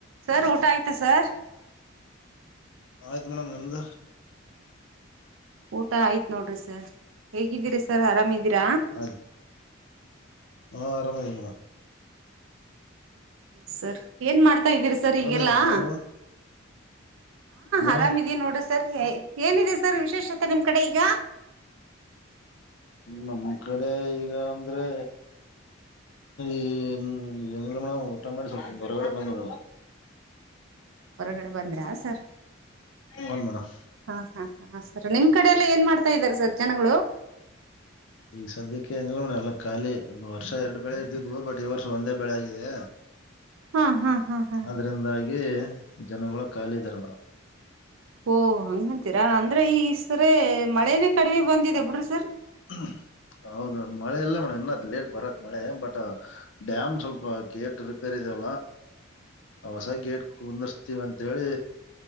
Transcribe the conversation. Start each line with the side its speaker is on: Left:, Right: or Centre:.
Right: sir ಊಟ ಆಯ್ತಾ sir
Left: ಆಯ್ತು ಮೇಡಮ್ ನಿಮ್ದ
Right: ಊಟ ಆಯ್ತ್ ನೋಡ್ರಿ ಸರ್ ಹೇಗಿದ್ದೀರಿ ಸರ್ ಆರಾಮಿದೀರಾ
Left: ಆಯ್ತು ಹಾ ರಮೇಶಮ್ಮಣ
Right: ಸರ್ ಏನ್ ಮಾಡ್ತ ಇದೀರಿ ಸರ್
Left: ಆರಾಮಿದ್ರ
Right: ಈಗೆಲ್ಲ
Left: ಮೇಡಮ್
Right: ಹ
Left: ನೀವು ಮೇಡಮ್
Right: ಆರಾಮ ಇದೀ ನೋಡ ಸ ಏನಿದೆ ಸರ್ ವಿಶೇಷತೆ ನಿಮ್ ಕಡೆ ಈಗ
Left: ನಮ್ ಕಡೆ ಈಗ ಅಂದ್ರೆ ಈ ಏನಿಲ್ಲ ಮೇಡ್ ಊಟ ಮಾಡಿ ಸ್ವಲ್ಪ ಹೊರಗಡೆ ಬಂದ
Right: ಹ ಹೊರಗಡೆ ಬಂದ್ರ ಸರ್
Left: ಹನ್ ಮೇಡಮ್
Right: ಹಾ ಹಾ ಹಾ ಸರ್ ನಿಮ್ ಕ ಎಲ್ಲ ಏನ್ ಮಾಡ್ತಾ ಇದ್ದಾರೆ ಸರ್ ಜನಗಳು
Left: ಈಗ ಸದ್ಯಕ್ಕೆ ಏನಿಲ್ಲ ಮೋಣ ಎಲ್ಲ ಖಾಲಿ ವರ್ಷ ಎರಡ್ ಬೆಳೆ ಇರ್ತಿದ್ಬಟ್ ಈ ವರ್ಷ ಒಂದೇ ಬೆಳೆ ಆಗಿದೆ
Right: ಹಾ ಹಾ ಹಾ ಹಾ
Left: ಅ್ರಂದಾಗಿ
Right: ಹಾ
Left: ಜನಗಳ ಖಾಲಿ ಇದ್ದಾರೆ ಮೇಡಮ್
Right: ಓಹ ಹಂಗಂತೀರಾ ಅಂದ್ರ ಈಸರ ಮಳೇನೇ ಕಡಿಮೆ ಬಂದಿದೆ ಬಿಡ್ರಿ ಸರ್
Left: ಹಾ ಹೌದ ಮಳೆ ಇಲ್ಲ ಮೇಡಮ್ ಇನ್ನ್ ಲೇಟ್ ಬರಕ್ ಮಳೆ ಬಟ್ ಡ್ಯಾಮ್ ಸ್ವಲ್ಪ ಗೇಟ್ ರಿಪೇರ್ ಇ ಹ
Right: ಹ
Left: ಹೊಸ ಗೇಟ್ ಕುಂದರ್ಸ್ತೀವಿ ಅಂತೇಳಿ